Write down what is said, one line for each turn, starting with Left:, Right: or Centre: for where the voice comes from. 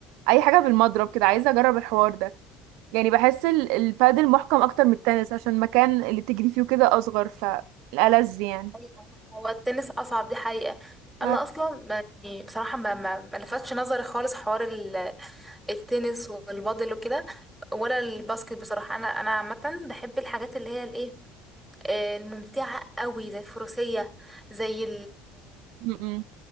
Right: أي حاجة بالمضرب كده عايزة أجرب الحوار ده يعني بحس ال- البادل محكم اكتر من التنس عشان المكان اللي تجري فيه كده اصغر فالألذ يعني
Centre: أيوة. هو التنس أصعب دي حقيقة
Right: اه
Centre: أنا أصلا ما- يعني بصراحة ما ما ما لفتش نظري خالص حوار ال- التنس والبادل وكده ولا الباسكت بصراحة أنا أنا عامة بحب الحاجات اللي هي الإيه آه، الممتعة قوي زي الفروسية زي
Right: م-م.